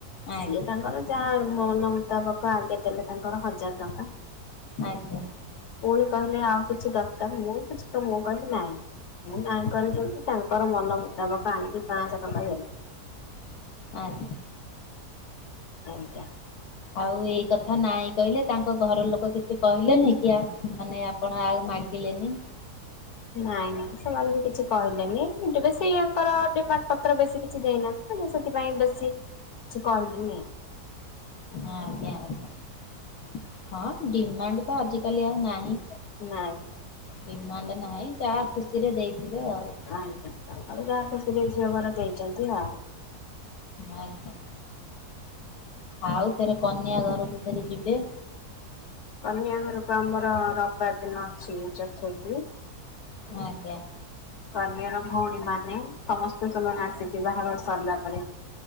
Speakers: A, on the left (about 70°); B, on the left (about 50°).
A: ଆଜ୍ଞା
B: ସିଏ ତାଙ୍କର ଯାହା ମନ ମୁତାବକ ଆଗେ ଦେଲେ ତାଙ୍କର ହଜାର ଟଙ୍କା।
A: ଆଜ୍ଞା।
B: ପୁଣି କହିଲେ ଆଉ କିଛି ଦରକାର ମୁଁ କିଛି ତ ମୁଁ କହିଲ ନାହିଁ ମୁଁ ନାଇଁ କହିଛନ୍ତି ତାଙ୍କୁ ତାଙ୍କର ମନ ମୁତାବକ ଆଣିକି ପାଞ୍ଚଶହ ଟଙ୍କା ଦେଲେ।
A: ଆଜ୍ଞା।
B: ଆଜ୍ଞା।
A: ଆଉ ଏଇ କଥା ନାଇଁ କହିଲେ ତାଙ୍କ ଘର ଲୋକ କିଛି କହିଲେନି କି ମାନେ କଣ ଆଉ ମାଗିଲେନି
B: ନାଇଁ ନାଇଁ ସେମାନେ ବି କିଛି କହିଲେନି ବେଶି ୟାଙ୍କର ଡିମାଣ୍ଡ ପତ୍ର ବେଶୀ କିଛି ଦେଇନା ଇଁ ସେଥିପାଇଁ ବେଶୀ କିଛି କହିଲେନି।
A: ଆଜ୍ଞା ଆଚ୍ଛା ହଁ ଡିମାଣ୍ଡ ତ ଆଜିକାଲି ଆଉ ନାହିଁ।
B: ନାଁ।
A: ଡିମାଣ୍ଡ ନାହିଁ ଯାହା ଖୁସିରେ ଦେଇଥିବେ ଆଉ।
B: ଆଜ୍ଞା ତାଙ୍କର ଯାହା ଖୁସିରେ ଝିଅ ଘର ଦେଇଚନ୍ତି ଆଉ।
A: ଆଜ୍ଞା ଆଉ ଫରେ କନ୍ୟା ଘରକୁ ଫରେ ଯିବେ।
B: କନ୍ୟା ଘରକୁ ଆମର ରବିବାର ଦିନ ଅଛି ଚତୁର୍ଥୀ।
A: ଆଜ୍ଞା।
B: କନ୍ୟାର ଭଉଣୀ ମାନେ ସମସ୍ତେ ସେମାନେ ଆସିକି ବାହାଘର ସରିଲା ପରେ